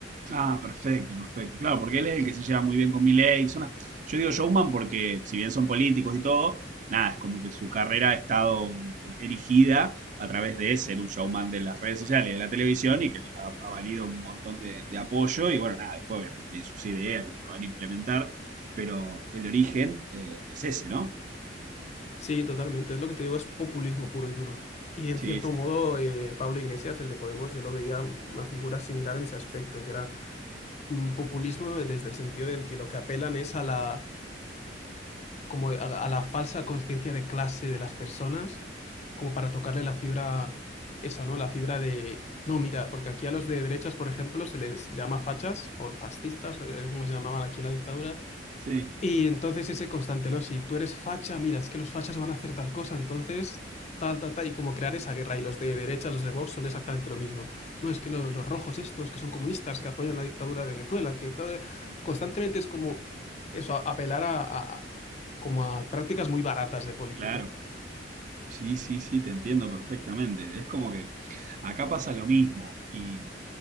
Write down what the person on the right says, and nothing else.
Ah, perfecto, perfecto. Claro, porque él es el que se lleva muy bien con Milei. Son una- Yo digo showman porque, si bien son políticos y todo, nada, es como que su carrera ha estado erigida a través de ser un showman de las redes sociales, de la televisión y que les ha, ha valido un montón de, de apoyo. Y bueno, nada, después obviamente tienen sus ideas y lo que van a implementar, pero el origen eh, es ese, ¿no?
Sí,
sí,
sí,
claro. Sí, sí, sí, te entiendo perfectamente. Es como que acá pasa lo mismo. Y,